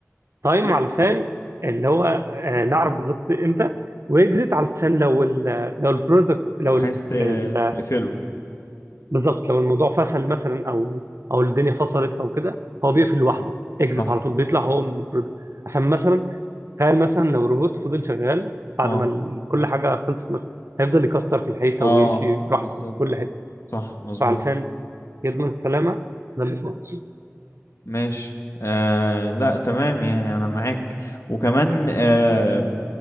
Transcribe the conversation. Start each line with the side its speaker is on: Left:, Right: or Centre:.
Right: تايم
Left: ليه؟
Right: علشان اللي هو آه، نعرف بالظبط امتى واكزيت علشان لو ال لو البرودكت لو
Left: عايز
Right: ال-
Left: ت...
Right: ال-
Left: تقفله
Right: بالظبط لو الموضوع فشل مثلا او او الدنيا فصلت او كده هو بيقفل لوحده اكزيت
Left: صح
Right: على طول بيطلع هو من البرودكت عشان مثلا تخيل مثلا لو روبوت فضل شغال بعد
Left: اه
Right: ما ال- كل حاجة خلصت مثلا هيفضل يكسر في الحيطة
Left: اه
Right: ويمشي براحته
Left: بالظبط
Right: في كل حتة
Left: صح مظبوط
Right: فعلشان يضمن السلامة ده اللي بيحصل.
Left: ماشي آه لا تمام يعني انا معاك وكمان آه